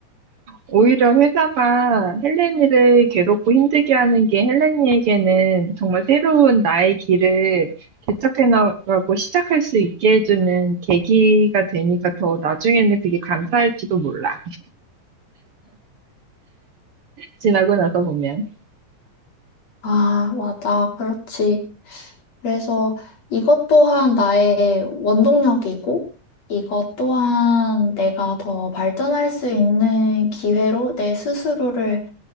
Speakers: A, on the right (about 60°); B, on the left (about 55°).
A: 오히려 회사가 헬렌이를 괴롭고 힘들게 하는 게 헬렌이에게는 정말 새로운 나의 길을 개척해 나가고 시작할 수 있게 해주는 계기가 되니까 더 나중에는 그게 감사할지도 몰라. 지나고 나서 보면.
B: 아, 맞아. 그렇지. 그래서 이것 또한 나의 원동력이고, 이것 또한 내가 더 발전할 수 있는 기회로 내 스스로를